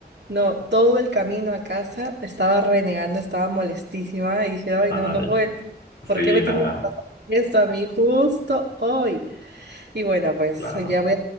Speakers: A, on the right; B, on the left.
A: no, todo el camino a casa estaba renegando, estaba molestísima y dije, ay,
B: Ay,
A: no, no puede. ser.
B: sí,
A: ¿Por qué me
B: nada,
A: tiene que pasar esto a mí justo hoy? Y bueno, pues
B: claro.
A: ya voy a